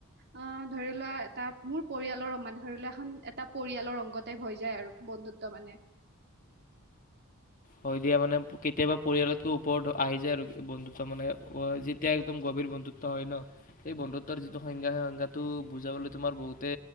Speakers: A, on the right; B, on the left.
A: অ ধৰি লোৱা এটা মোৰ পৰিয়ালৰ মানে ধৰি লোৱা এখন এটা পৰিয়ালৰ অংগতে ভ হৈ যায় আৰু বন্ধুত্ব মানে-
B: হৈ দিয়া মানে কেতিয়াবা পৰিয়ালতকৈ ওপৰত আহি যায় আৰু বন্ধুত্ব মানে যেতিয়া একদম গভীৰ বন্ধুত্ব হয় ন সেই বন্ধুত্বৰ যিটো সংজ্ঞা সেই সংজ্ঞাটো বুজাবলৈ তোমাৰ বহুতে